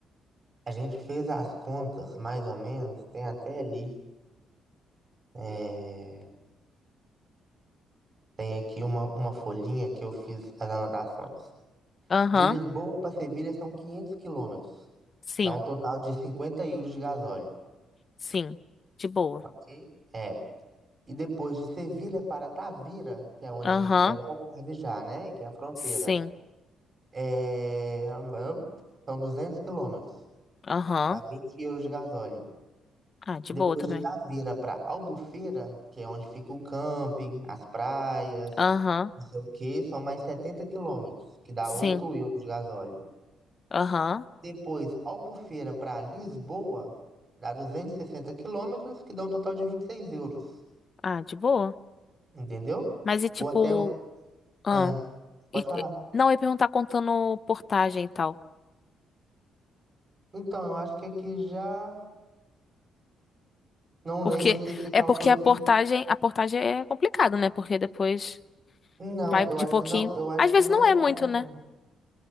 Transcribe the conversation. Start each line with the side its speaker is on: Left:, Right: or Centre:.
Right: a gente fez as contas, mais ou menos, tem até ali. é, Tem aqui uma, uma folhinha que eu fiz as anotações.
Left: Aham.
Right: De Lisboa para Sevilha são 500 quilômetros.
Left: Sim,
Right: Dá um total de 50 euros de gasóleo,
Left: sim. De boa.
Right: ok? É. E depois de Sevilha para Tavira, que é onde
Left: Aham.
Right: é o Algarve já, né? Que é a fronteira.
Left: Sim.
Right: É... São 200 quilômetros.
Left: Aham.
Right: Dá 20 euros de gasóleo.
Left: Ah, de
Right: Depois
Left: boa também.
Right: de Itaveira para Albufeira, que é onde fica o camping, as praias,
Left: Aham.
Right: não sei o que, são mais 70 quilômetros, que dá
Left: Sim.
Right: 8 euros de gasóleo.
Left: Aham.
Right: Depois, Albufeira para Lisboa, dá 260 quilômetros, que dá um total de 26 euros.
Left: Ah, de boa.
Right: Entendeu?
Left: Mas e tipo.
Right: Ou até.
Left: Ah,
Right: Ah, pode
Left: e,
Right: falar.
Left: e- não, eu ia perguntar contando portagem e tal.
Right: Então, eu acho que aqui já. Não lembro
Left: Porque.
Right: se esse cálculo
Left: É porque a
Right: aqui.
Left: portagem. A portagem é complicado, né? Porque depois
Right: Não,
Left: vai
Right: eu
Left: de
Right: acho
Left: pouquinho.
Right: que não. Eu acho
Left: Às
Right: que
Left: vezes
Right: não
Left: não é muito,
Right: tá no.
Left: né?